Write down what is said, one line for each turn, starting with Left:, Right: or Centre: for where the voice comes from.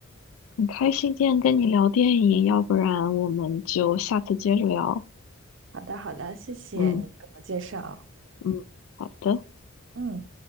Left: 很开心今天跟你聊电影，要不然我们就下次接着聊。
Right: 好的，好的，谢谢你给我介绍。
Left: 嗯嗯，好的。
Right: 嗯。